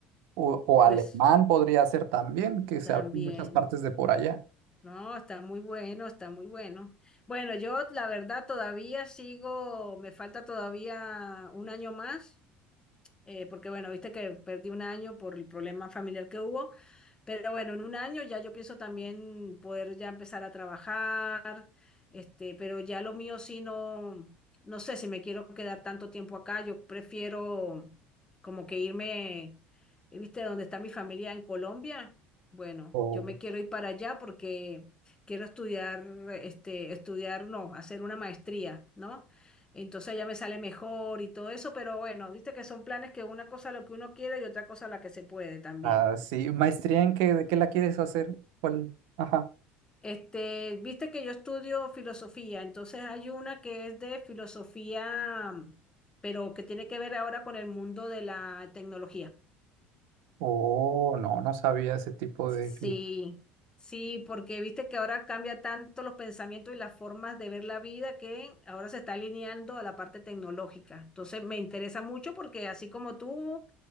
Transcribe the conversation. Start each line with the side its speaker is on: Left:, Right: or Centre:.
Right: O, o
Left: pues
Right: alemán podría ser también, que se
Left: también.
Right: habla en muchas partes de por allá.
Left: No, está muy bueno, está muy bueno. Bueno, yo la verdad todavía sigo, me falta todavía un año más eh, porque bueno, viste que perdí un año por el problema familiar que hubo, pero bueno, en un año ya yo pienso también poder ya empezar a trabajar, este, pero ya lo mío sí no, no sé si me quiero quedar tanto tiempo acá, yo prefiero como que irme, eh, viste, donde está mi familia en Colombia. Bueno,
Right: O
Left: yo me quiero ir para allá porque quiero estudiar, este, estudiar, no, hacer una maestría, ¿no? Entonces ya me sale mejor y todo eso, pero bueno, viste que son planes que una cosa lo que uno quiere y otra cosa la que se puede también.
Right: así, ¿maestría en qué, de qué la quieres hacer? ¿Cuál? Ajá.
Left: Este, viste que yo estudio filosofía, entonces hay una que es de filosofía, pero que tiene que ver ahora con el mundo de la tecnología.
Right: Oh, no, no sabía ese tipo
Left: Sí,
Right: de
Left: sí, porque viste que ahora cambia tanto los pensamientos y las formas de ver la vida que ahora se está alineando a la parte tecnológica. Entonces me interesa mucho porque así como tú,